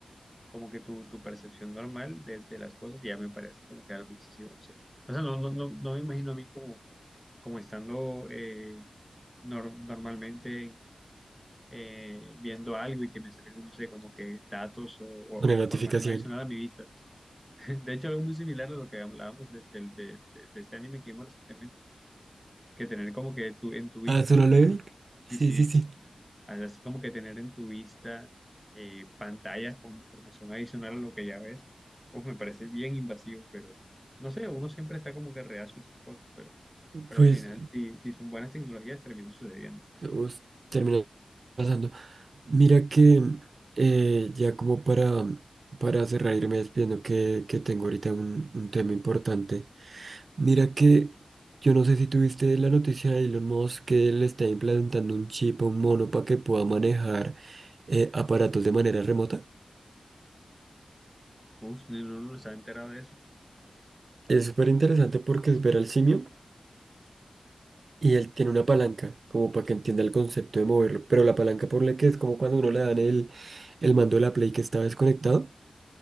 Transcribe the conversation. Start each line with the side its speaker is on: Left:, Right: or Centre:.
Centre: como que tu, tu percepción normal de, de las cosas, ya me parece como que algo excesivo, no sé. O sea, no, no, no, no me imagino a mí como, como estando eh, nor- normalmente eh, viendo algo y que me salgan, no sé, como que datos o, o-
Right: una
Centre: o información
Right: notificación.
Centre: adicional a mi vista. <laughs> De hecho, algo muy similar a lo que hablábamos de, del- de- de- de este anime que vimos recientemente, que tener como que tu en tu vista,
Right: Ah, ¿solo le vi? Sí,
Centre: y si,
Right: sí, sí.
Centre: así como que tener en tu vista eh, pantallas con información adicional a lo que ya ves, pues me parece bien invasivo, pero no sé, uno siempre está como que reacio a esas cosas, pero, pero
Right: Pues
Centre: al final, si, si son buenas tecnologías, termina sucediendo.
Right: us- terminé pasando. Mira que eh, ya como para, para cerrar, irme despidiendo que, que tengo ahorita un, un tema importante. Mira que yo no sé si tuviste la noticia de Elon Musk que le está implantando un chip a un mono para que pueda manejar eh, aparatos de manera remota.
Centre: Uf, no, no, no estaba enterado de eso.
Right: Es súper interesante porque es ver al simio y él tiene una palanca como para que entienda el concepto de moverlo. Pero la palanca por la que es como cuando uno le dan el, el mando de la Play que está desconectado